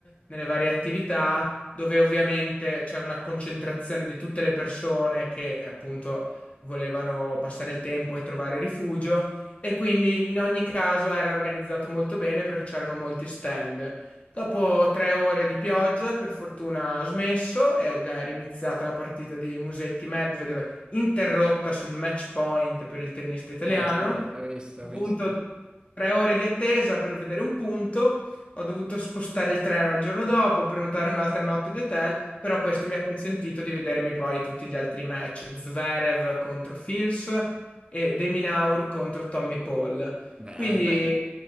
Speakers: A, on the left; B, on the right.
A: nelle varie attività, dove ovviamente c'era una concentrazione di tutte le persone che appunto volevano passare il tempo e trovare rifugio. E quindi in ogni caso era organizzato molto bene perché c'erano molti stand. Dopo tre ore di pioggia, per fortuna ha smesso ed è riniziata la partita di Musetti-Medvedev, interrotta sul match point per il tennista italiano.
B: eh sì, ho visto,
A: Appunto,
B: ho visto.
A: tre ore di attesa per vedere un punto. Ho dovuto spostare il treno al giorno dopo, prenotare un'altra notte di hotel, però questo mi ha consentito di vedermi poi tutti gli altri match. Zverev contro Fils e Deminaur contro Tommy Paul.
B: Beh,
A: Quindi
B: beh.